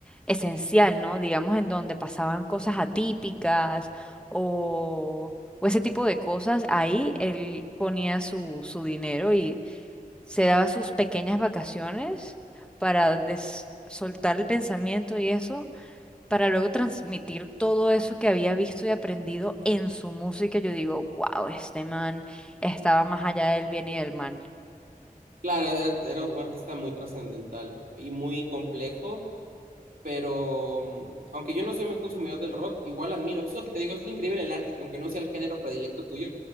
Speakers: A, in the centre; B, on the right (about 75°).
A: esencial, ¿no? Digamos, en donde pasaban cosas atípicas o, o ese tipo de cosas. Ahí él ponía su, su dinero y se daba sus pequeñas vacaciones para des- soltar el pensamiento y eso para luego transmitir todo eso que había visto y aprendido en su música. Yo digo, wow, este man estaba más allá del bien y del mal.
B: Claro, era, era un artista muy trascendental y muy complejo, pero mm, aunque yo no soy muy consumidor del rock, igual admiro. Eso es lo que te digo, es lo increíble del arte, que aunque no sea el género predilecto tuyo,